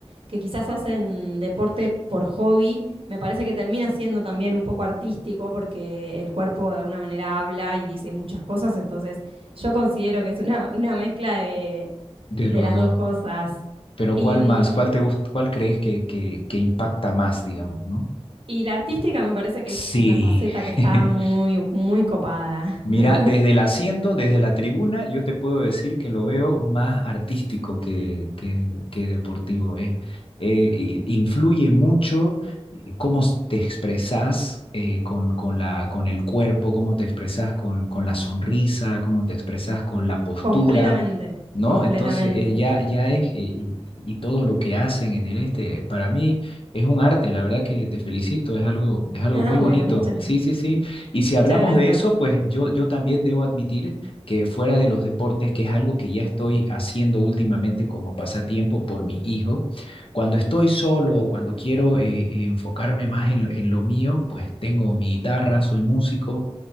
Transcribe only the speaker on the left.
de
los
dos.
Pero
¿cuál
más? ¿Cuál te gust- cuál crees que, que, que impacta más, digamos, ¿no?
Sí.
<laughs>
Mira,
desde el asiento, desde la tribuna, yo te puedo decir que lo veo más artístico que, que, que deportivo. eh. Eh, i- influye mucho eh, cómo s- te expresas eh, con, con la, con el cuerpo, cómo te expresas con, con la sonrisa, cómo te expresas con
la postura.
¿no?
Entonces, eh, ya, ya es, eh, y, y todo lo que hacen en el este, para mí es un arte, la verdad que te felicito, es algo, es algo
muy bonito,
sí, sí, sí. Y si
hablamos
de eso, pues yo, yo también debo admitir que fuera de los deportes, que es algo que ya estoy haciendo últimamente como pasatiempo por mi hijo, cuando estoy solo o cuando quiero eh, eh, enfocarme más en lo, en lo mío, pues tengo mi guitarra, soy músico.